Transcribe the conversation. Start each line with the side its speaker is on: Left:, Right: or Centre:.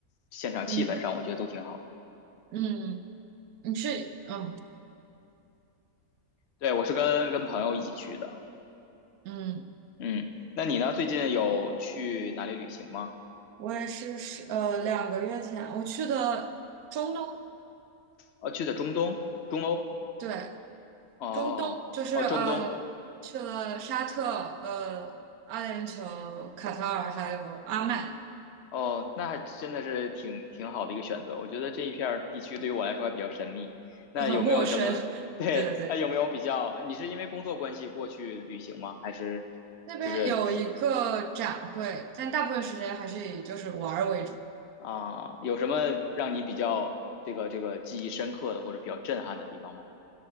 Left: 现场气氛上，
Right: 嗯
Left: 我觉得都挺好的。
Right: 嗯，你是嗯
Left: 对，我是跟跟朋友一起去的。
Right: 嗯，
Left: 嗯，那你呢？最近有去哪里旅行吗？
Right: 我也是是呃，两个月前我去的中东，
Left: 哦，去的中东、中欧。
Right: 对，
Left: 哦哦，
Right: 中东就是呃去了沙特、
Left: 中东。
Right: 呃阿联酋、卡塔尔还有阿曼，
Left: 哦，那还真的是挺挺好的一个选择。我觉得这一片儿地区对于我来说还比较神秘。那有没有什么？
Right: 就很陌生。<laughs>
Left: <laughs> 对，
Right: 对对对，
Left: 那有没有比较？你是因为工作关系过去旅行吗？还是
Right: 那边有一个展会，
Left: 就是
Right: 但大部分时间还是以就是玩儿为主。
Left: 啊，有什么让你比较这个这个记忆深刻的或者比较震撼的地方吗？